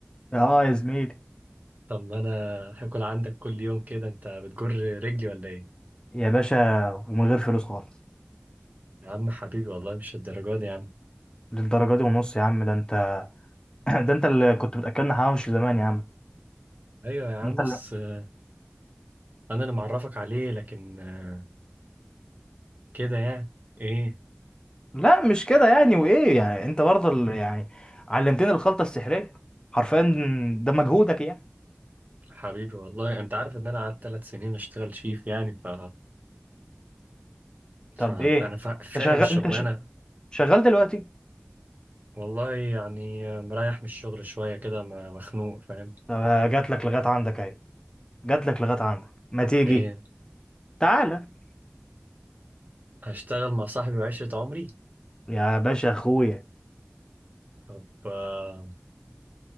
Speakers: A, on the left; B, on the right.
A: اه يا زميلي
B: طب ما انا هاكل عندك كل يوم كده انت بتجر رجلي ولا ايه
A: يا باشا ومن غير فلوس خالص
B: يا عم حبيبي والله مش الدرجات دي يا عم
A: للدرجه دي ونص يا عم ده انت <clears throat> ده انت اللي كنت بتاكلنا حواوشي زمان يا عم
B: ايوه يا عم
A: انت
B: بس
A: اللي...
B: آه، انا اللي معرفك عليه لكن آه، كده يعني ايه
A: <clears throat> لا مش كده يعني وايه يعني انت برضه اللي <clears throat> يعني علمتني الخلطه السحريه حرفيا ده مجهودك يعني
B: حبيبي والله انت عارف ان انا قعدت ثلاث سنين اشتغل شيف يعني ف فأنا
A: طب ايه
B: فا- فاهم
A: انت شغال
B: الشغلانة
A: انت ش... شغال دلوقتي
B: والله يعني مريح من الشغل شوية كده م- مخنوق فاهم
A: طب جات لك لغايه عندك اهي جات لك لغايه عندك ما تيجي
B: ايه
A: تعالى
B: هشتغل مع صاحبي وعشرة عمري
A: يا باشا اخويا
B: طب آه